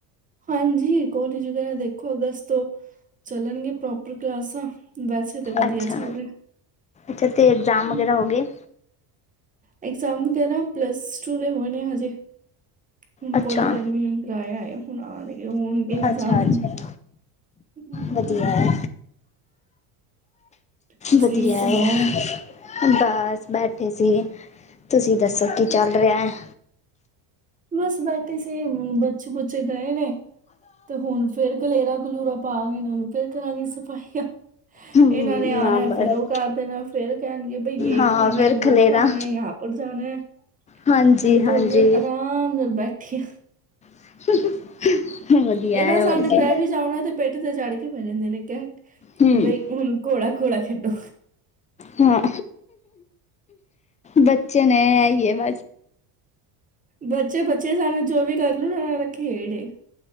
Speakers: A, on the right; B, on the left.
A: ਹਾਂਜੀ ਕਾਲਜ ਵਗੈਰਾ ਦੇਖੋ ਅਗਸਤ ਤੋਂ ਚੱਲਣਗੇ, ਪ੍ਰੋਪਰ ਕਲਾਸਾਂ। ਵੈਸੇ ਤੇ ਵਧੀਆ
B: ਅੱਛਾ,
A: ਚੱਲ
B: ਅੱਛਾ ਤੇ ਐਗਜ਼ਾਮ
A: ਰਿਹਾ
B: ਵਗੈਰਾ ਹੋ ਗਏ।
A: ਐਗਜ਼ਾਮ ਵਗੈਰਾ ਪਲੱਸ ਟੂ ਦੇ ਹੋਏ ਨੇ ਹਜੇ। ਤੇ ਹੁਣ
B: ਅੱਛਾ
A: ਕਾਲਜ ਐਡਮਿਸ਼ਨ ਕਰਵਾ ਆਏ ਹੁਣ ਆਉਣਗੇ, ਹੋਣਗੇ ਇਗਜ਼ਾਮ
B: ਅੱਛਾ ਅੱਛਾ
A: ਹਮ
B: ਵਧੀਆ ਹੈ।
A: ਤੁਸੀਂ
B: ਵਧੀਆ
A: ਸੁਣਾਓ
B: ਹੈ ਬਸ ਬੈਠੇ ਸੀ। ਤੁਸੀਂ ਦੱਸੋ ਕੀ ਚੱਲ ਰਿਹਾ ਹੈ।
A: ਬਸ ਬੈਠੇ ਸੀ ਬੱਚੇ ਬੁੱਚੇ ਗਏ ਵੇ। ਤੇ ਹੁਣ ਫੇਰ ਖਲੇਰਾ ਖਲੂਰਾ ਪਾ ਗਏ ਨੇ ਹੁਣ ਫੇਰ ਕਰਾਂਗੀ ਸਫ਼ਾਈਆਂ
B: ਹਮ
A: ਇਹਨਾਂ ਨੇ ਆਣਾ
B: ਨਾ ਬਸ
A: ਫੇਰ ਉਹ ਕਰ ਦੇਣਾ ਫੇਰ ਕਹਿਣਗੇ ਬਈ ਯਹ
B: ਹਾਂ
A: ਖਾਣਾ
B: ਫਿਰ
A: ਵੋ
B: ਖਲੇਰਾ
A: ਖਾਣਾ ਜਹਾ ਪਰ ਜਾਣਾ
B: ਹਾਂਜੀ
A: ਹੁਣ ਥੋੜੀ
B: ਹਾਂਜੀ
A: ਦੇਰ ਆ ਹਾਂ ਮਤਲਬ ਬੈਠੀ
B: <unintelligible> ਵਧੀਆ
A: ਇਹਨਾਂ
B: ਹੈ
A: ਹਿਸਾਬ
B: ਹੋਰ
A: ਨਾਲ
B: ਕੀ
A: ਬਹਿ ਵੀ ਜਾਣਾ ਤੇ ਪਿੱਠ ਕੇ ਚੜ ਕੇ ਬਹਿ ਜਾਂਦੇ ਨੇ ਕਹਿ
B: ਹੂੰ,
A: ਬਈ ਹੁਣ ਘੋੜਾ ਘੋੜਾ ਖੇਡੋ
B: ਹਾਂ ਬੱਚੇ ਨੇ ਆਈਏ ਬ
A: ਬੱਚੇ ਬੱਚੇ ਸਾਨੂੰ ਜੋ ਵੀ ਕਰਨ ਹਾਂ ਇਹ ਤਾਂ ਖੇਡ ਐ।